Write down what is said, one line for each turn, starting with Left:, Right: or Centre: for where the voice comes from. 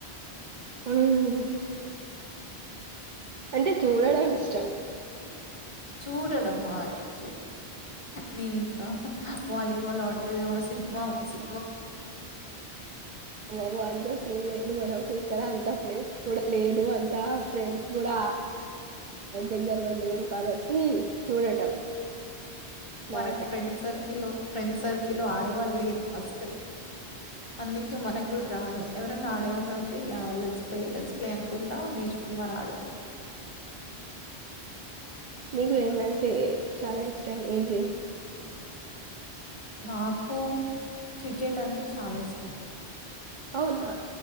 Right: మ్మ్ అంటే చూడడం ఇష్టం
Left: చూడడం ఆయ శ నేను ఇంకా వాలీబాల్ ఆడుతుద ఏమో సి మోమో సి
Right: అబ అంత సీన్ లేదు మనకు ఇక్కడ అంత ప్లేస్ కూడా లేదు అ అంత ఫ్రెండ్స్ కూడా దగ్గరలో లేరు కాబట్టి చూడటం నా
Left: మనకి
Right: టైం
Left: ఫ్రెండ్ సర్కి సర్కిలో ఫ్రెండ్స్ సర్కిల్ ఆడేవాళ్ళు లేరు ఫస్ట్ అందుకే మనకు కూడా రాను ఎవరైనా ఆడేవాళ్ళు ఉంటే లెజ్ ప్లే లెజ్ ప్లే అనుకుంటా నేర్చుకుని మరి ఆడుతాం
Right: నీకు ఏమంటే చాలా ఇష్టం ఏ గేమ్
Left: నాకు క్రికెట్ అంటే చాలా ఇష్టం
Right: అవునా